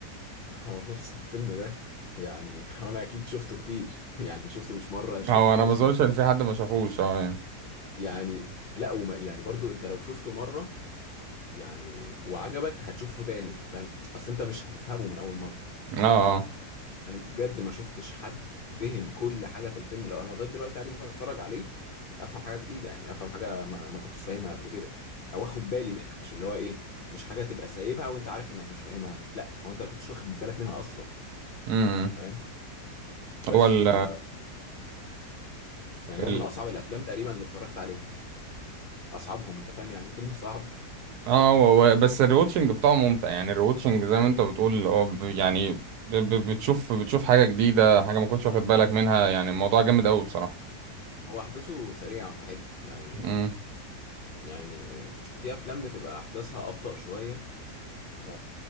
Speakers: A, on the left; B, on the right.
A: <laughs> هو بص الفيلم ده يعني <laughs> انا اكيد شفته كتير <laughs> يعني شفته مش مرة شفته
B: هو انا
A: خمس
B: ما اظنش
A: مرات
B: ان في حد ما شافوش اه يعني
A: يعني لا وما يعني برضو انت لو شفته مرة يعني وعجبك هتشوفه تاني فاهم اصل انت مش هتفهمه من اول مرة
B: اه اه
A: انا بجد ما شفتش حد فهم كل حاجه في الفيلم لو انا لغايه دلوقتي عادي ممكن اتفرج عليه افهم حاجه جديده يعني افهم حاجه ما, ما كنتش فاهمها قبل كده او اخد بالي منها مش اللي هو ايه مش حاجه تبقى سايبها وانت عارف انك مش فاهمها لا هو انت ما كنتش واخد بالك منها اصلا
B: ايوه
A: فاهم بس
B: هو ال
A: ف يعني
B: ال
A: هو من اصعب الافلام تقريبا اللي اتفرجت عليها اصعبهم انت فاهم يعني ايه فيلم صعب
B: اه هو هو- بس الريوتشنج بتاعه ممتع يعني الريوتشنج زي ما انت بتقول هو ب- يعني ب- ب- بتشوف بتشوف حاجة جديدة حاجة ما كنتش واخد بالك منها يعني الموضوع جامد قوي بصراحة
A: هو احداثه سريعه فحلو يعني
B: امم
A: يعني من... في افلام بتبقى احداثها ابطأ شويه ف...